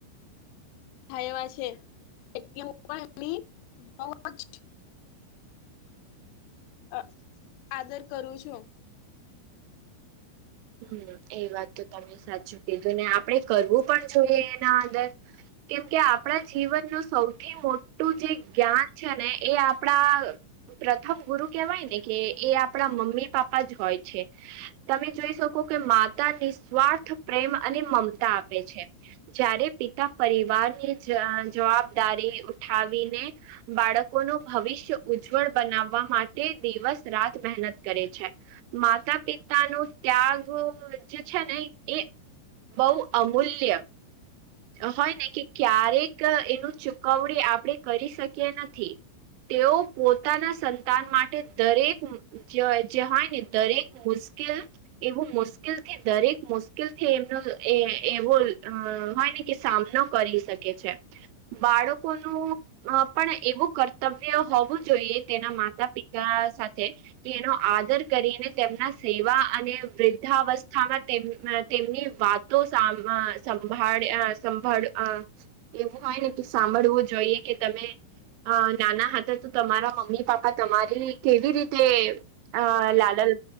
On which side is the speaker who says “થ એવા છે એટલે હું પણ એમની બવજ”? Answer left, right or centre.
Left